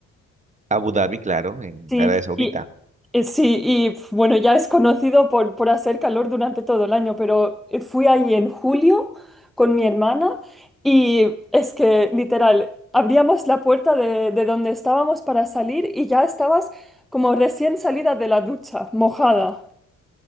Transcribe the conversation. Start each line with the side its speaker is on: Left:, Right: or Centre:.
Right: Abu Dhabi, claro, en
Centre: Sí,
Right: Arabia Saudita,
Centre: y, eh, sí, y pf, bueno, ya es conocido por, por hacer calor durante todo el año, pero eh, fui ahí en julio con mi hermana y es que literal, abríamos la puerta de, de donde estábamos para salir y ya estabas como recién salida de la ducha, mojada.